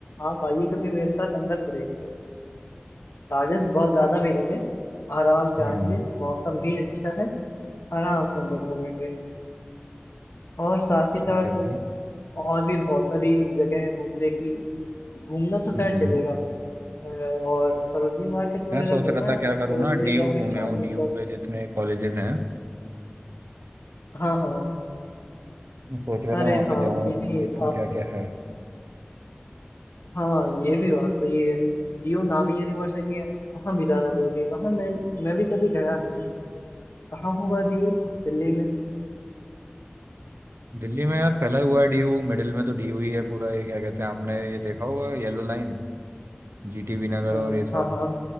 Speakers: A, on the left; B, on the right.
A: आप आइए कभी मेरे साथ अंदर से देखते हैं चार्जेस बहुत ज्यादा भी नहीं है आराम से
B: हम्म
A: आएंगे मौसम भी अच्छा है आराम से अंदर घूमेंगे और साथ
B: ठीक
A: ही साथ
B: है भाई
A: और भी बहुत सारी जगह है घूमने की घूमना तो खैर
B: हम्म
A: चलेगा
B: हम्म।
A: अ, और सरोजनी मार्केट वगैरह
B: मैं सोच
A: घूमा
B: रहा
A: है
B: था
A: आपने
B: क्या करूँ
A: सरोजनी
B: ना डीयू
A: या फिर
B: घूमे
A: चांदनी
B: आऊँ डीयू
A: चौक
B: के जितने कॉलेजेस हैं
A: हाँ हाँ
B: मैं सोच रहा
A: अरे
B: था वहां पे
A: हाँ
B: जाऊं
A: ये भी
B: देखूं
A: आपने
B: क्या क्या है
A: हाँ ये भी बात सही है डीयू नामी यूनिवर्सिटी है वहाँ भी जाना जरूरी है वहाँ मैं मैं भी कभी गया नहीं कहाँ होगा डीयू दिल्ली में
B: दिल्ली में यार फैला हुआ है डीयू मिडिल में तो डीयू ही है पूरा ये क्या कहते हैं आपने ये देखा होगा येलो लाइन जीटीबी नगर
A: हाँ
B: और ये सब
A: हाँ हाँ